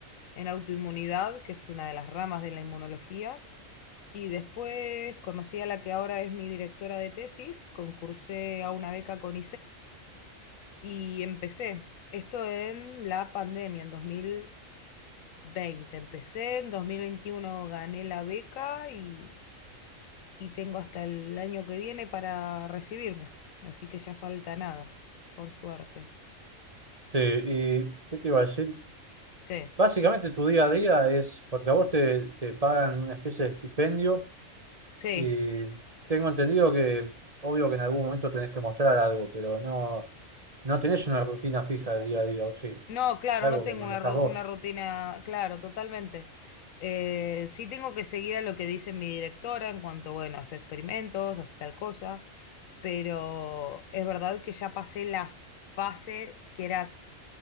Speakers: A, on the left (about 85°); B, on the right (about 30°).
A: en autoinmunidad, que es una de las ramas de la inmunología, y después conocí a la que ahora es mi directora de tesis, concursé a una beca con y empecé. Esto en la pandemia, en dos mil veinte Empecé, en dos mil veintiuno gané la beca y, y tengo hasta el año que viene para recibirme. Así que ya falta nada, por suerte.
B: Sí, ¿y qué te iba a decir?
A: Sí,
B: Básicamente tu día a día es, porque a vos te, te pagan una especie de estipendio
A: sí.
B: y tengo entendido que, obvio que en algún momento tenés que mostrar algo, pero no, no tenés una rutina fija del día a día, o sí.
A: No, claro,
B: Es algo
A: no tengo
B: que manejás
A: una, ru-
B: vos.
A: una rutina, claro, totalmente. Eh, sí tengo que seguir a lo que dice mi directora en cuanto, bueno, hace experimentos, hace tal cosa pero es verdad que ya pasé la fase que era